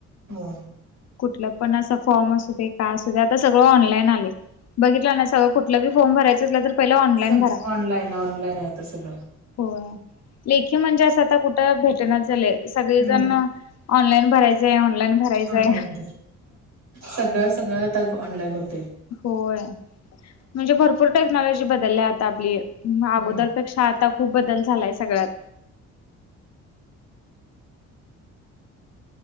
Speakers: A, on the right; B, on the left.
A: हो.
B: कुठलं पण असं फॉर्म असू दे काय असू दे आता सगळं ऑनलाईन आलय. बघितलं ना सगळं कुठलं भी फॉर्म भरायच असलं तर. पहिला ऑनलाइन
A: सग
B: भरा
A: ऑनलाईन ऑनलाईन आहे आता सगळं.
B: होय लेखी म्हणजे असा. आता कुठं भेटणाच झालय सगळेजण
A: हम्म
B: ऑनलाईन भरायचय ऑनलाईन भरायचंय.
A: ऑनलाईन सगळं सगळं आता ऑनलाईन होतय.
B: होय म्हणजे भरपूर टेक्नॉलॉजी बदलल्या. आपली अगोदरपेक्षा.
A: हम्म
B: आता खूप बदल झालाय सगळ्यात.